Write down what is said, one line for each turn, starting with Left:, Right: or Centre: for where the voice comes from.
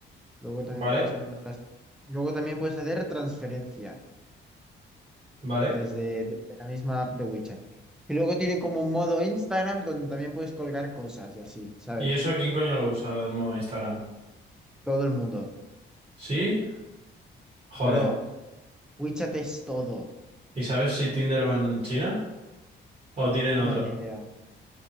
Centre: Luego también
Right: Vale,
Centre: puedes mandar las- Luego también puedes hacer transferencia
Right: vale.
Centre: desde, desde la misma app de WeChat. Y luego tiene como un modo Instagram donde también puedes colgar cosas y así, ¿sabes?
Right: ¿Y eso quién coño lo usa, lo del modo Instagram?
Centre: Todo el mundo.
Right: ¿Sí? Joder.
Centre: Bro. WeChat es todo.
Right: ¿Y sabes si Tinder van en China o tienen
Centre: No,
Right: otro?
Centre: ni idea.